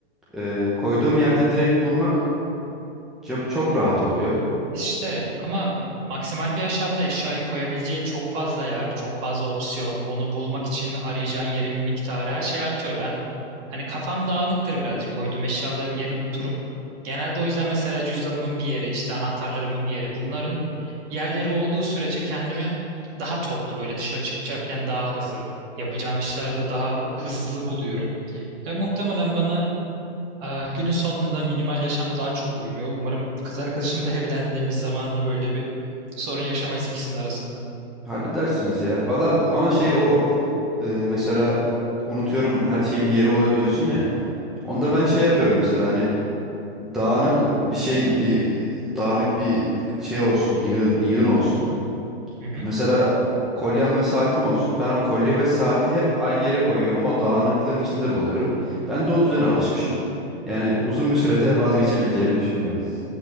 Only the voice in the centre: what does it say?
e, koyduğum yerde direkt bulmak çok çok rahat oluyor.
Halledersiniz ya. Valla ama şey
o e, mesela unutuyorum her şeyin bir yeri oluyor diyorsun ya. Onda
ben şey yapıyorum mesela hani dağınık bir şeyin bir dağınık bir şey olsun yığın, yığın olsun.
E, Mesela kolyem ve saatim olsun. Ben o kolye ve saati hep aynı yere koyuyorum. O dağınıklığın içinde buluyorum. Ben de o düzene alışmışım. Yani uzun bir sürede <laughs> vazgeçebileceğimi düşünmüyorum.